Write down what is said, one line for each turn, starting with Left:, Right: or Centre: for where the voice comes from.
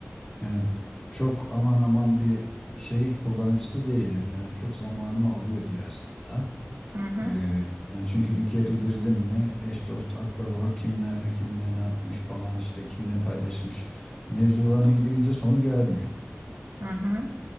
Left: yani çok aman aman bir şey kullanıcısı değilim. Yani çok zamanımı alıyor diye aslında.
Right: Hı hı,
Left: E, yani çünkü bir kere girdim mi eş dost akraba kim nerede kiminle ne yapmış falan işte kim ne paylaşmış mevzularına girince sonu gelmiyor.
Right: hı hı,